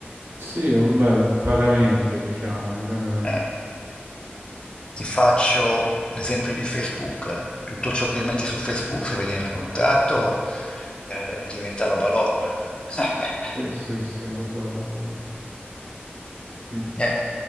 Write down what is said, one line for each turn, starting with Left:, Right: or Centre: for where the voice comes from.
Right: Sì, vabbè, vagamente, diciamo, in genere.
Left: Eh? Ti faccio l'esempio di Facebook. Tutto ciò che metti su Facebook, se vedi nel contratto, eh, diventa roba loro. eh. <laughs>
Right: Sì, sì, sì, lo so, lo so, lo so. Mm,
Left: Eh,